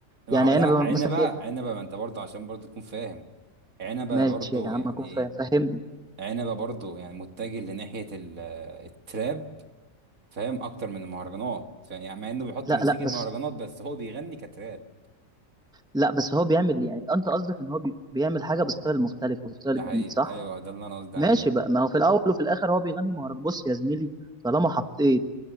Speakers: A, on the right; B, in the centre.
A: ما
B: يعني
A: هو
B: عنبه
A: لا عنبه
B: مثلا
A: عنبه
B: إيه؟
A: ما انت برضه عشان برضه تكون فاهم عنبه
B: ماشي
A: برضه
B: يا عم
A: يعني
B: اكون فاهم فاهم
A: عنبه برضه يعني متجه لناحيه ال- آه، التراب فاهم اكتر من المهرجانات فاهم؟ يعني مع انه بيحط
B: لا
A: مزيكه
B: لا
A: مهرجانات
B: بس
A: بس هو بيغني كتراب
B: لا بس هو بيعمل يعني انت قصدك ان هو بي بيعمل حاجه بستايل مختلف وستايل
A: ده
B: جديد
A: حقيقي
B: صح
A: ايوه ده اللي انا قصدي
B: ماشي
A: عليه
B: بقى ما هو في الاول وفي الاخر هو بيغني مهرجان بص يا زميلي طالما حطيت